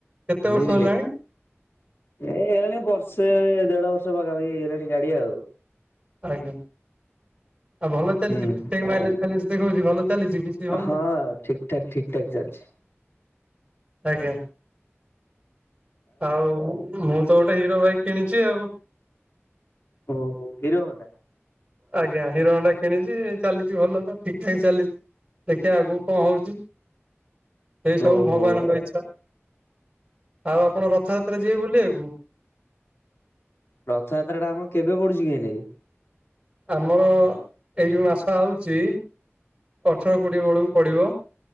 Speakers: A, on the right; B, on the left.
A: କେତେ ବର୍ଷ
B: ବୁଝିଲେ
A: ହେଲାଣି?
B: ଏ ହେଇଗଲାଣି ବର୍ଷେ ଦେଢ ବର୍ଷ ପାଖାପାଖି ହେଇଗଲାଣି ଗାଡି ଆଉ।
A: ଆଜ୍ଞା ଆଉ ଭଲ ଚାଲିଛି
B: ହୁଁ
A: ଠିକ
B: ହୁଁ।
A: ଠାକ ମାଇଲେଜ ଫାଇଲେଜ ଦେଖଉଛି ଭଲ ଚାଲିଛି କିଛି ହଉନି
B: ହଁ ଠିକ ଠାକ ଠିକ ଠାକ ଚାଲିଛି।
A: ଆଜ୍ଞା ଆଉ ମୁଁ ତ ଗୋଟେ ହିରୋ ବାଇକ୍ କିଣିଛି ଆଉ।
B: ଓହୋ ହିରୋହୁଣ୍ଡା?
A: ଆଜ୍ଞା ହିରୋହୁଣ୍ଡା କିଣିଛି ଚାଲିଛି ଭଲ ଠିକ ଠାକ ଚାଲିଛି। ଦେଖିବା ଆଗକୁ କଣ ହଉଛି ଏଇ ସବୁ
B: ଓହୋ
A: ଭଗବାନଙ୍କ ଇଚ୍ଛା। ଆଉ ଆପଣ ରଥଯାତ୍ରା ଯିବେ ବୁଲିବାକୁ?
B: ରଥଯାତ୍ରା ଟା ଆମର କେବେ ପଡୁଛି କି ଏଇନାକେ?
A: ଆମର ଏଇ ଯୋଉ ମାସ ଆଉଛି ଅଠର କୋଡିଏ ବେଳକୁ ପଡିବ।